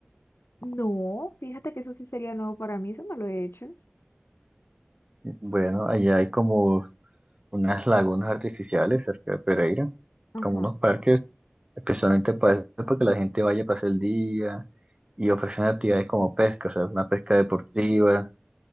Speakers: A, on the left; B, on the right.
A: No, fíjate que eso sí sería nuevo para mí, eso no lo he hecho.
B: Bueno, allá hay como unas lagunas artificiales cerca de Pereira,
A: Ajá.
B: como unos parques, especialmente para eso, para que la gente vaya a pasar el día y ofrecen actividades como pesca, o sea, una pesca deportiva,